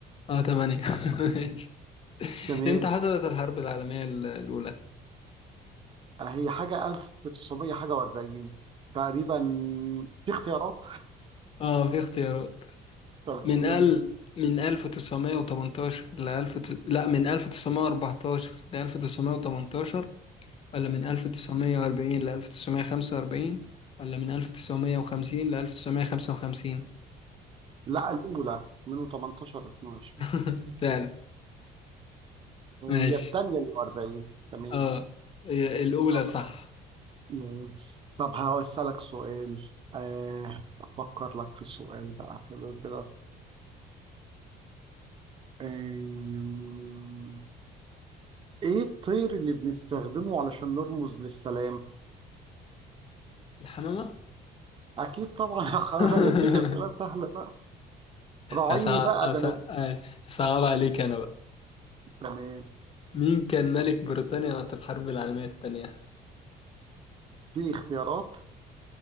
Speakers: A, on the left; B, on the right.
A: اه تمانية <laughs> ماشي
B: تمام
A: امتى حصلت الحرب العالمية الأولى؟
B: هي حاجه 1900 حاجه و40 تقريبا في اختيارات
A: اه في اختيارات
B: <laughs> طب
A: من
B: قول
A: ال من 1918 ل 1000 لا من 1914 ل 1918 ولا من 1940 ل 1945 ولا من 1950 ل 1955
B: لا الاولى من 18 ل 22
A: <laughs> فعلا ماشي
B: هي التانية اللي 40 تمام
A: اه هي الأولى
B: طب
A: صح
B: مم. طب هسألك سؤال آه أفكر لك في سؤال بقى حلو كده آم، إيه الطير اللي بنستخدمه علشان نرمز للسلام؟
A: الحمامة
B: أكيد طبعا <laughs> يا حرام
A: <laughs>
B: أنا بديك أسئلة سهلة بقى راعيني
A: أصعب
B: بقى
A: أصعب
B: ده أنا
A: أصعب عليك أنا بقى
B: تمام
A: مين كان ملك بريطانيا وقت الحرب العالمية الثانية؟
B: في اختيارات